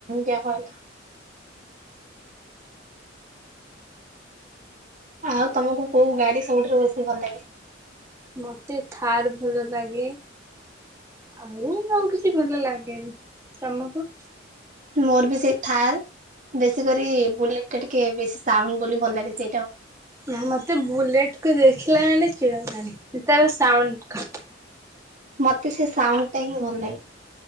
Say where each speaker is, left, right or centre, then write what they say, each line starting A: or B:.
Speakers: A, on the right; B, on the right.
A: ଯା କହିଲ। ଆଉ ତମକୁ କୋଉ ଗାଡି ସବୁଠାରୁ ବେଶୀ ଭଲ ଲାଗେ?
B: ମତେ ଥାର୍ ଭଲ ଲାଗେ। ଆଉ ଆଉ କିଛି ଭଲ ଲାଗେନି ତମକୁ?
A: ମୋର ବି ସେଇ ଥାର୍ ବେଶୀ କରି ବୁଲେଟଟା ଟିକେ ବେଶୀ ସାଉଣ୍ଡ ବୋଲି ଭଲ ଲାଗେ ସେଇଟା ଆଉ।
B: ନା ମତେ ବୁଲେଟକୁ ଦେଖିଲା ମାନେ ଚିଡ଼ା ମାଡେ ତାର ସାଉଣ୍ଡକୁ।
A: ମତେ ସେ ସାଉଣ୍ଡଟା ହିଁ ଭଲ ଲାଗେ।